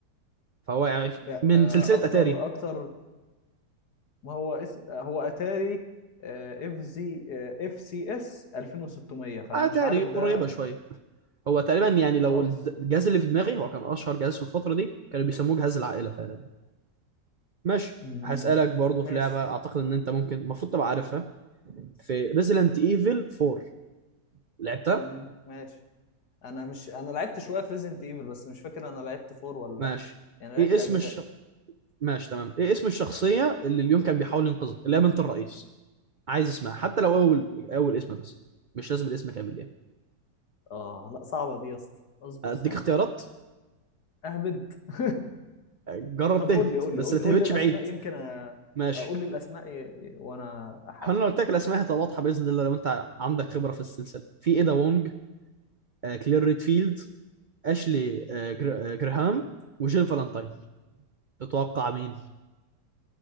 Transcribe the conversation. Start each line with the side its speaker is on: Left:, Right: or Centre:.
Right: فهو يعني
Left: لا
Right: من
Left: أه
Right: سلسلة
Left: اكتر
Right: أتاري
Left: اكتر ما هو اسم هو اتاري آه، اف زي آه، اف سي اس 2600 فانا
Right: أتاري
Left: مش عارف
Right: قريبة
Left: ده
Right: شوية هو تقريبا يعني لو
Left: خلاص
Right: الد- الجهاز اللي في دماغي هو كان أشهر جهاز في الفترة دي كانوا بيسموه جهاز العائلة فعلا ماشي
Left: مم،
Right: هسألك برضو
Left: ماشي
Right: في لعبة أعتقد إن أنت ممكن المفروض تبقى عارفها في ريزيدنت ايفل 4 لعبتها؟
Left: مم، ماشي انا مش انا لعبت شويه في ريزنت ايفل بس مش فاكر انا لعبت فور ولا
Right: ماشي
Left: لا يعني لعبت
Right: ايه اسم
Left: اجزاء
Right: الش... ماشي تمام ايه اسم الشخصية اللي اليوم كان بيحاول ينقذها اللي هي بنت الرئيس عايز اسمها حتى لو اول اول اسم بس مش لازم الاسم كامل يعني
Left: اه لا صعبه دي يا اسطى اصبر
Right: اديك
Left: ثانيه
Right: اختيارات
Left: اهبد <laughs>
Right: جرب
Left: طب
Right: تهبط
Left: قول لي قول
Right: بس
Left: لي قول
Right: ما
Left: لي
Right: تهبطش
Left: قول لي الاسماء
Right: بعيد
Left: يمكن أ-
Right: ماشي
Left: اقول لي الاسماء ي- ي- وانا احاول
Right: هل لو قلت لك الاسماء هتبقى واضحة باذن الله لو انت عندك خبرة في السلسلة في ايدا وونج آه، كلير ريدفيلد اشلي آه، جر- آه، جراهام وجيل فالنتاين تتوقع مين